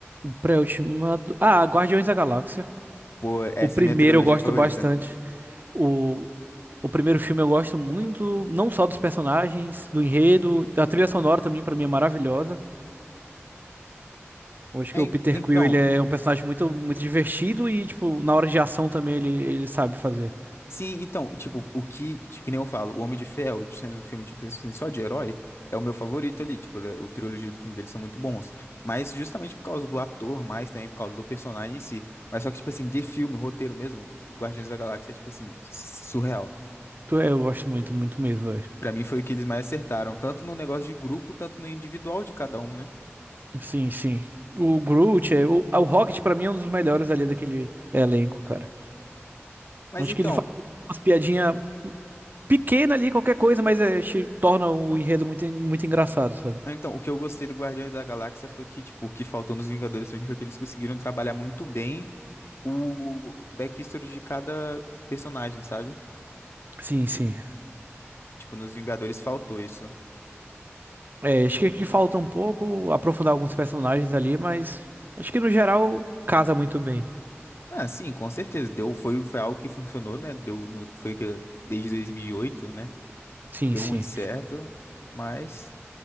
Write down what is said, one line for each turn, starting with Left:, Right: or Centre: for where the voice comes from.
Right: Pré-ultimato. Ah, Guardiões da Galáxia.
Left: Pô, essa
Right: O primeiro
Left: é a minha trilogia
Right: eu gosto
Left: favorita.
Right: bastante. O, o primeiro filme eu gosto muito, não só dos personagens, do enredo, da trilha sonora também, pra mim é maravilhosa. Eu acho
Left: É,
Right: que o
Left: en-
Right: Peter
Left: então,
Right: Quill, ele é um personagem muito, muito divertido e, tipo, na hora de ação também ele, ele sabe fazer.
Left: Sim, então, tipo, o que, tipo, que nem eu falo, o Homem de Ferro, sendo um filme de, assim, só de herói, é o meu favorito ali, tipo, ele- o trilogia do filme dele são muito bons, mas justamente por causa do ator, mais também por causa do personagem em si, mas só que, tipo assim, de filme, roteiro mesmo, Guardiões da Galáxia é, tipo assim, surreal.
Right: Tu- Eu gosto muito, muito mesmo, velho.
Left: Pra mim foi o que eles mais acertaram, tanto no negócio de grupo, tanto no individual de cada um, né?
Right: Sim, sim. O Groot, é, o, o Rocket pra mim é um dos melhores ali daquele elenco, cara.
Left: Mas
Right: Acho
Left: então,
Right: que ele faz umas piadinhas pequenas ali, qualquer coisa, mas é, te torna o enredo muito, en- muito engraçado, sabe?
Left: então, o que eu gostei do Guardiões da Galáxia foi que, tipo, o que faltou nos Vingadores pra mim foi que eles conseguiram trabalhar muito bem o backstory de cada personagem, sabe?
Right: Sim, sim.
Left: Tipo, nos Vingadores faltou isso.
Right: É, acho que, que falta um pouco aprofundar alguns personagens ali, mas acho que no geral casa muito bem.
Left: Ah, sim, com certeza. Deu, foi, foi algo que funcionou, né? Deu, no- foi que desde dois mil e oito né?
Right: Sim,
Left: Deu
Right: sim.
Left: muito certo, mas